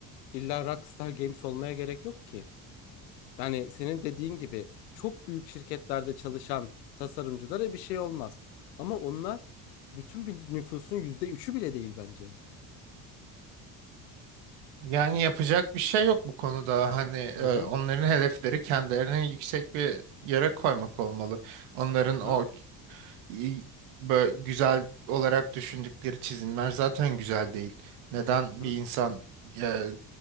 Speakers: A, on the left; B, on the right.
A: İlla Rockstar Games olmaya gerek yok ki. Yani senin dediğin gibi çok büyük şirketlerde çalışan tasarımcılara bir şey olmaz. Ama onlar bütün bir nüfusun yüzde üçü bile değil bence.
B: Yani yapacak bir şey yok bu konuda. Hani e,
A: Hı hı
B: onların hedefleri kendilerini yüksek bir yere koymak olmalı. Onların o
A: hı
B: i- bö- güzel olarak düşündükleri çizimler zaten güzel değil. Neden
A: hı.
B: bir insan e,